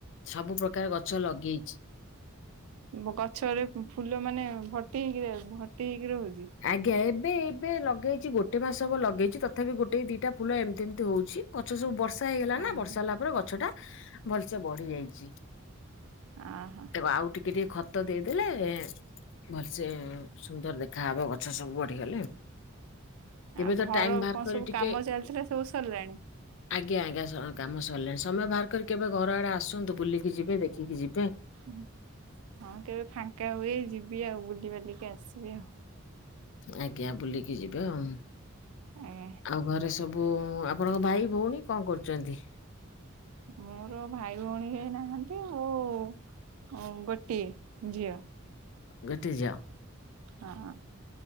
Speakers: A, on the left; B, on the right.
A: ସବୁ ପ୍ରକାର ଗଛ ଲଗେଇଚି।
B: ଉଁ ବୋ ଗଛରେ ଫୁଲ ମାନେ ଭର୍ତ୍ତି ହେଇକି ରହିବ ଭର୍ତ୍ତି ହେଇକି ରହୁଛି।
A: ଆଜ୍ଞା ଏବେ ଏବେ ଲଗେଇଛି ଗୋଟେ ମାସ ହବ ଲଗେଇଚି ତଥାପି ଗୋଟେ ଦିଟା ଫୁଲ ଏମିତି ଏମିତି ହଉଚି। ଗଛ ସବୁ ବର୍ଷା ହେଇଗଲା
B: ଅହ
A: ନା ବର୍ଷା ହେଲା ପରେ ଗଛ ଟା ଭଲସେ ବଢି ଯାଇଚି।
B: ଉଁ ହୁଁ।
A: ହେବା ଆଉ ଟିକେ ଟିକେ ଖତ ଦେଇଦେଲେ ଏଁ ଭଲସେ ସୁନ୍ଦର ଦେଖ ଖା ହବ ଗଛ ସବୁ ବଢିଗଲେ। କେବେ
B: ଆଉ
A: ତ
B: ଘର
A: ଟାଇମ ବାହାର
B: କଣ
A: କରି
B: ସବୁ
A: ଟିକେ
B: କାମ ଚାଲିଥିଲା ସବୁ ସରିଲାଣି?
A: ଆଜ୍ଞା ଆଜ୍ଞା ସମୁ କାମ ସରିଲାଣି ସମୟ ବାହାର କରି କେବେ ଘର ଆଡ଼େ ଆସନ୍ତୁ ବୁଲିକି ଯିବେ ଦେଖିକି ଯିବେ।
B: ହୁଁ ହଁ କେବେ ଫାଙ୍କା ହୁଏ ଯିବି ଆଉ ବୁଲିିବାଲି କି ଆସିବି ଆଉ।
A: ଆଜ୍ଞା ବୁଲିକି ଯିବେ ଆଉଁ
B: ଆଜ୍ଞା
A: ଆଉ ଘରେ ସବୁ ଆପଣଙ୍କ ଭାଇ ଭଉଣୀ କଣ କରୁଛନ୍ତି?
B: ମୋର ଭାଇ ଭଉଣୀ କେହି ନାହାନ୍ତି ଆଉ ଉଁ ଗୋଟିଏ ଝିଅ।
A: ଗୋଟେ ଝିଅ?
B: ହଁ।